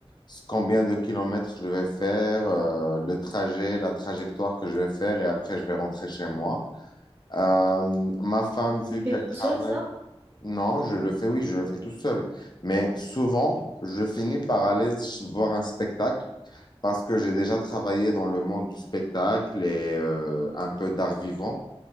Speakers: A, on the left; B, on the right.
A: S- Combien de kilomètres je vais faire, euh, le trajet, la trajectoire que je vais faire et après je vais rentrer chez moi. Euh, ma femme, vu
B: Tu fais
A: qu'elle
B: toute
A: travaille,
B: seule ça?
A: non, je le fais, oui, je le fais tout seul. Mais souvent, je finis par aller ch- voir un spectacle parce que j'ai déjà travaillé dans le monde du spectacle et euh, un peu d'art vivant.